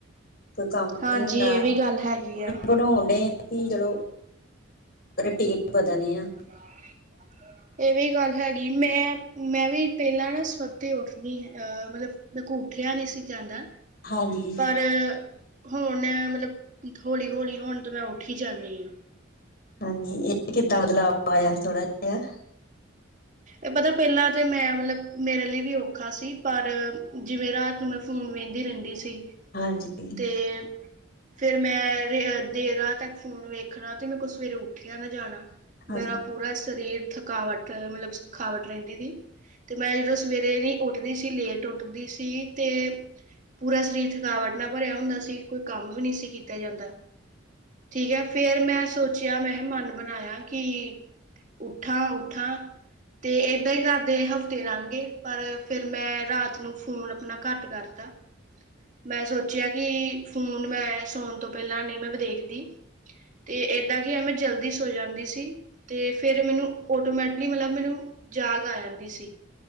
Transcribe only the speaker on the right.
ਹਾਂਜੀ
ਇਹ ਵੀ ਗੱਲ ਹੈਗੀ ਆ
<unintelligible> ਇਹ ਵੀ ਗੱਲ ਹੈਗੀ। ਮੈਂ, ਮੈਂ ਵੀ ਪੇਲਾਂ ਨਾ ਸਵਤੇ ਉੱਠਨੀ ਐ ਅ ਮਤਲਬ ਮੈਂ ਕੋ ਉੱਠਿਆ ਨੀ ਸੀ ਜਾਂਦਾ।
ਪਰ ਹੁਣ ਮਤਲਬ ਥੋੜੀ ਹੌਲੀ ਹੁਣ ਤਾਂ ਮੈਂ ਉੱਠ ਈ ਜਾਂਨੀ ਆਂ।
ਏ ਪਤਾ ਪੇਲਾਂ ਤੇ ਮੈਂ ਮਤਲਬ ਮੇਰੇ ਲਈ ਵੀ ਔਖਾ ਸੀ ਪਰ ਜਿਵੇਂ ਰਾਤ ਨੂੰ ਮੈਂ ਫੋਨ ਵੇਂਦੀ ਰੇਂਦੀ ਸੀ
ਤੇ ਫੇਰ ਮੈਂ ਰੇ ਅ ਦੇਅ ਰਾਤ ਤੱਕ ਫੋਨ ਵੇਖਣਾ ਤੇ ਮੇ ਕੋ ਸਵੇਰੇ ਉੱਠਿਆ ਨਾ ਜਾਣਾ।
ਮੇਰਾ ਪੂਰਾ ਸਰੀਰ ਥਕਾਵਟ ਮਤਲਬ ਥਕਾਵਟ ਰਹਿੰਦੀ ਸੀ ਤੇ ਮੈਂ ਜਦੋਂ ਸਵੇਰੇ ਵੀ ਉੱਠਦੀ ਸੀ ਲੇਟ ਉੱਠਦੀ ਸੀ ਤੇ ਪੂਰਾ ਸਰੀਰ ਥਕਾਵਟ ਨਾ ਭਰਿਆ ਹੁੰਦਾ ਸੀ ਕੋਈ ਕੰਮ ਵੀ ਨੀ ਸੀ ਕੀਤਾ ਜਾਂਦਾ। ਠੀਕ ਐ ਫੇਰ ਮੈਂ ਸੋਚਿਆ, ਮੈਂ ਕਿਹਾ ਮਨ ਬਣਾਇਆ ਕਿ ਉੱਠਾ, ਉੱਠਾ ਤੇ ਏਦਾਂ ਈ ਕਰਦੇ ਹਫ਼ਤੇ ਲੰਘ ਗੇ ਪਰ ਫਿਰ ਮੈਂ ਰਾਤ ਨੂੰ ਫੋਨ ਆਪਣਾ ਘੱਟ ਕਰ ਤਾ ਮੈਂ ਸੋਚਿਆ ਕਿ ਇੱਕ ਫੋਨ ਮੈਂ ਸੌਣ ਤੋਂ ਪੇਲਾਂ ਨਈ ਮੈਂ ਵ ਦੇਖਦੀ। ਤੇ ਇੱਦਾਂ ਕਿ ਐ ਮੈਂ ਜਲਦੀ ਸੋ ਜਾਂਦੀ ਸੀ ਤੇ ਫੇਰ ਮੈਨੂੰ ਆਟੋਮੈਟ ਨਈ ਮਤਲਬ ਮੈਨੂੰ ਜਾਗ ਆ ਜਾਂਦੀ ਸੀ